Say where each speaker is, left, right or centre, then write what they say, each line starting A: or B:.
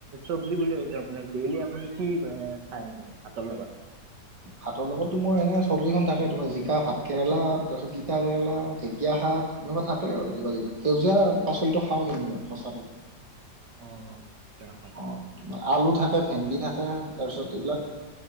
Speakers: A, on the right (about 75°); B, on the right (about 20°).
A: চব্জি বুলি কৈছো, আপোনি ডেইলি আপুনি কি খাই ভাতৰ লগত?
B: ভাতৰ লগতো মোৰ এনে চব্জিখনন থাকে, তোমাৰ জিকা ভাত কেৰেলা তাৰপিছত তিতা কেৰেলা ঢেকীয়া। শাক এনেকুৱা থাকে আৰু কিবা - কিবা সেউজীয়া পাচলিটো খাওঁ কেনু মই সঁচাকে।
A: অ' হ'ব দিয়া।
B: অ' আলু থাকে ভেন্দি থাকে তাৰপিছত এইবিলাক